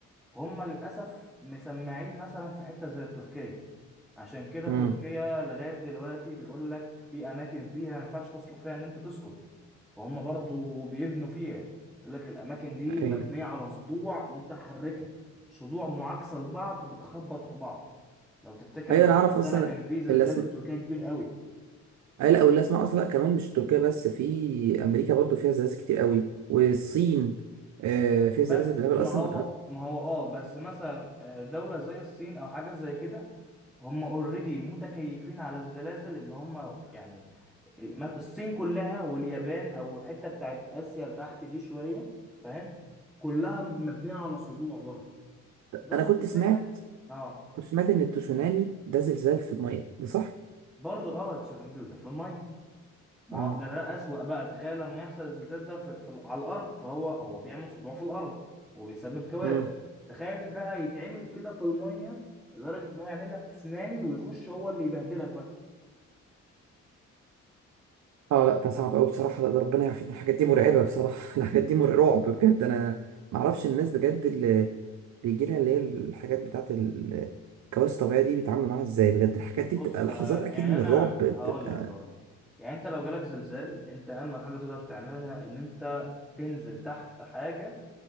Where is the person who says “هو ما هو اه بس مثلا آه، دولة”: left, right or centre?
Centre